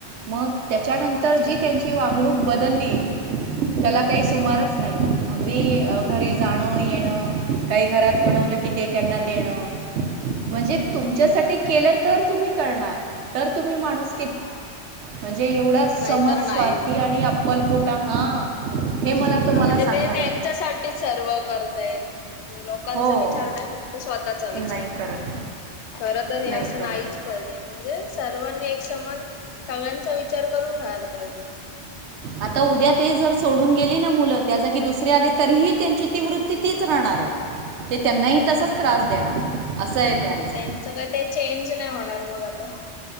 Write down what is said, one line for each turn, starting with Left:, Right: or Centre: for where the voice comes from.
Right: मग त्याच्यानंतर
Left: अच्छा
Right: जी त्यांची वागणूक बदलली <unintelligible> त्याला काही सुमारच नाही मग अगदी घरी जाणं येण काही घरात बनवलं की ते त्यांना देणं म्हणजे तुमच्यासाठी केलं तर तुम्ही करणार तर तुम्ही माणूस <unintelligible>
Left: हा
Right: म्हणजे एवढा समाज
Left: नाहीतर नाही
Right: स्वार्थी आणि अ्पलपोटा हा हे मला तुम्हाला
Left: हा म्हणजे
Right: सांगा
Left: ते त्यांच्यासाठी सर्व कर ते येत म्हणजे लोकांचा
Right: हो
Left: विचार नाही फक्त स्वतःचा विचार
Right: नाही करत
Left: खर तर हे
Right: नाही
Left: असं
Right: करत
Left: नाहीच पाहिजे म्हणजे सर्वांनी एक समान सगळ्यांचा विचार करून राहायला पाहिजे <unintelligible>
Right: आता उद्या ते जर सोडून गेली ना मुलं त्या जागी दुसरे आले तरीही त्यांची ती वृत्ती <unintelligible> ती, तीच राहणार आहे ते त्यांनाही तसच त्रास देणार असं आहे त्यांचं <unintelligible>
Left: त्यांच, काय, टे चेंज नाही होणार मग आता